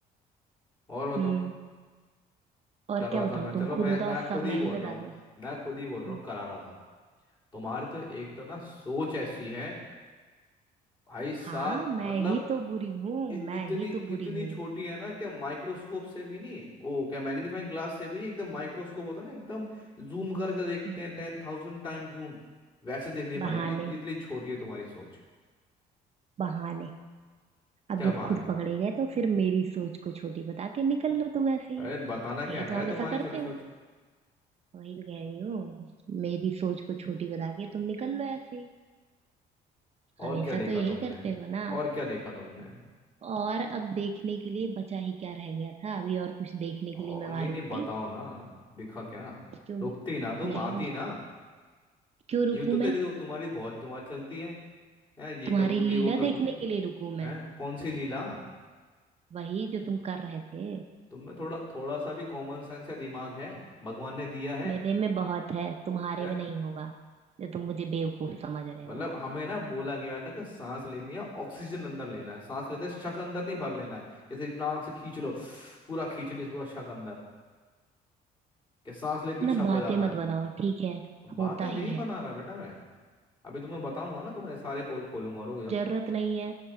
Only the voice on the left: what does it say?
और बताओ
कर रहा
था मैं चलो
मैं
मैं खुद
ही
बोल
रहा हूँ
मैं खुद ही बोल
रहा हूँ करा रहा था तुम्हारी तो एक तो ना सोच ऐसी है भाई साहब
मतलब
इ,
इतनी
इतनी
छोटी है ना क्या माइक्रोस्कोप से भी नहीं वो क्या मैग्नीफाइंग ग्लास से भी नहीं एकदम माइक्रोस्कोप होता है ना एकदम जूम करके देखते
हैं टेन थाउजेंड टाइम जूम वैसे देखनी
पड़ेगी इत- इतनी छोटी है तुम्हारी सोच
क्या
बहाने
अरे बताना
क्या
है
तुम्हारी
छोटी सोच
और क्या देखा
तुमने
और क्या देखा तुमने
और
नहीं नहीं
बताओ ना दिखा क्या
रुकती
ना तुम
आती ना
यूं तो
तेरी तो तुम्हारी बहुत जुबान चलती है हैं, ये
कर दूंगी
वो कर
दूंगी
हैं कौन सी लीला
तुम में थोड़ा थोड़ा सा भी कॉमन सेंस या दिमाग है भगवान ने दिया है
हैं
मतलब
हमें ना बोला गया था कि सांस लेनी है ऑक्सीजन अंदर लेना है सांस लेते शक अंदर नहीं भर लेना है जैसे नाक से खींच लो पूरा खींच लिया पूरा शक अंदर कि सांस लेती हूँ
शक
हो जाता
है
बातें
नहीं
बना रहा बेटा मैं अभी तुम्हें बताऊंगा ना तुम्हारे सारे पोल खोलूंगा और